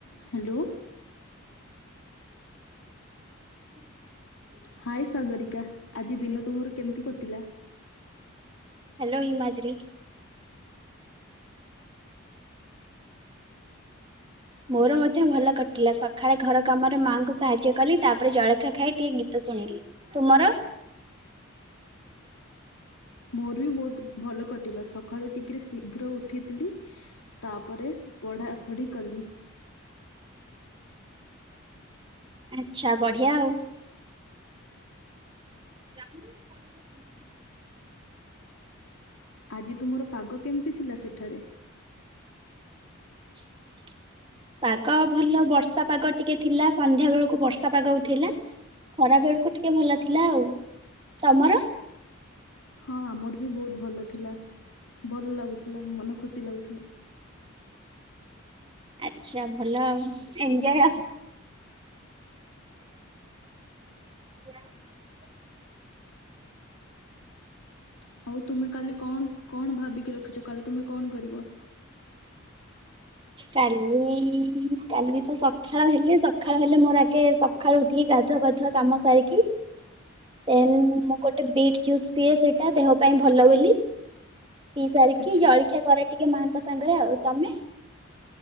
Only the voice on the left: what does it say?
Hello.
ହାଏ ସାଗରିକା ଆଜି ଦିନ ତୁମର କେମିତି କଟିଲା?
<inaudible>
ମୋର ବି ବହୁତ୍ ଭଲ କଟିଲା ସକାଳୁ ଟିକିରି ଶୀଘ୍ର ଉଠିଥିଲି। ତାପରେ ପଢ଼ାପଢ଼ି କଲି।
ଆଜି ତୁମର ପାଗ କେମିତି ଥିଲା ସେଠାରେ?
ହଁ ଆମର ବି ବହୁତ ଭଲ ଥିଲା। ଭଲ ଲାଗୁଥିଲା। ମନ ଖୁସି ଲାଗୁଥିଲା।
ହଉ ତୁମେ କାଲି କଣ କଣ ଭାବିକି ରଖିଛ କାଲି ତୁମେ କଣ କରିବ? <inaudible>
<inaudible>
ଆଚ୍ଛା